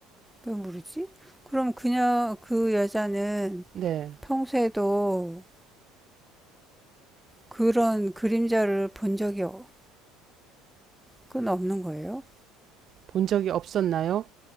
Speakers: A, in the centre; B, on the right (about 30°).
A: 왜 모르지? 그럼 그녀, 그 여자는
B: 네,
A: 평소에도 그런 그림자를 본 적이 어- 그건 없는 거예요?
B: 본 적이 없었나요?